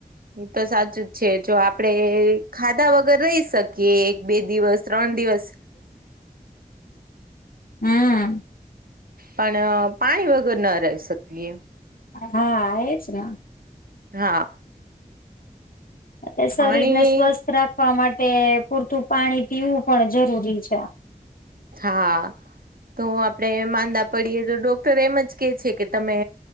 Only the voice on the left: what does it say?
હમ્મ.
હા, એ જ ના.
એટલે શરીર
ને સ્વસ્થ રાખવા માટે પૂરતું પાણી પીવું પણ જરૂરી છે.